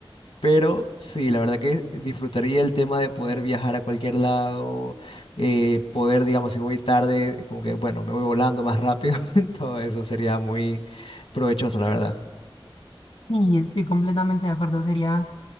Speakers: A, on the left; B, on the left.
A: pero sí, la verdad que disfrutaría el tema de poder viajar a cualquier lado, eh, poder, digamos, si voy tarde, como que, bueno, me voy volando más rápido. <laughs> Todo eso sería muy provechoso, la verdad.
B: Y estoy completamente de acuerdo. Sería,